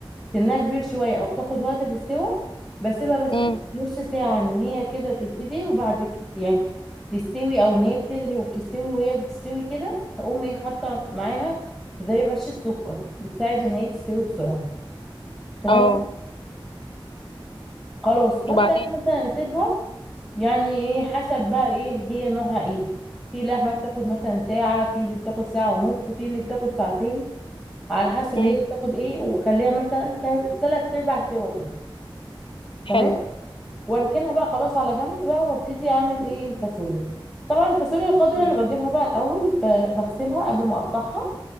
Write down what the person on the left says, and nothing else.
امم
اه
وبعدين
امم
حلو
مم.